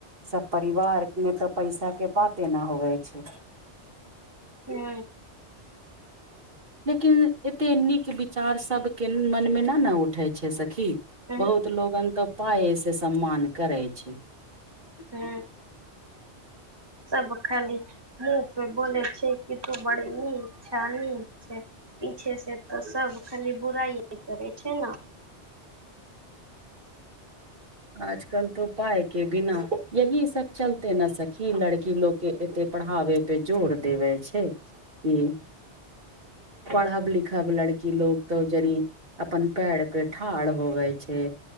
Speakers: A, on the right; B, on the right.
A: सब परिवार मे तऽ पैसा के बातेना होवे छै
B: हू
A: लेकिन एते नीक विचार सब के मन मे न न उ उठे छै सखी
B: हूँ हूँ
A: बहुत लोगन तऽ पाई से सम्मान करे छै
B: हू सब खाली बोले छै की तू बड़े निक छै‌ निक छै पीछे से तऽ सब खाली बुराइ करै छै ने
A: आजकल तऽ पाई के बिना यह सब चल एते न सखी लड़की लोग के एते पढ़ाबे पे जोर देबे छै कि पढ़ब लिखब लड़की लोक तो जरी अपन पैड़ पे ठाढ़ होवे छै